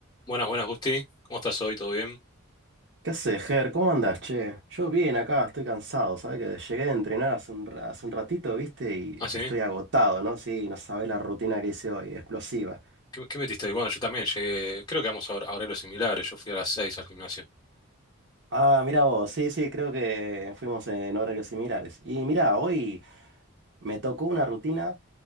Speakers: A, on the left (about 20°); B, on the right (about 55°).
A: Buenas, buenas, Gusti. ¿Cómo estás hoy? ¿Todo bien?
B: ¿Qué haces, Ger? ¿Cómo andás, che? Yo bien acá, estoy cansado, ¿sabes? Que llegué a entrenar hace un, ra- hace un ratito, ¿viste? Y
A: ¿Ah, sí?
B: estoy agotado, ¿no? Sí, no sabés la rutina que hice hoy, explosiva.
A: Mm. ¿Qué, qué metiste hoy? Bueno, yo también llegué. Creo que vamos a, hor- a horarios similares. Yo fui a las seis al gimnasio.
B: Ah, mira vos, sí, sí, creo que fuimos en horarios similares. Y mira, hoy me tocó una rutina,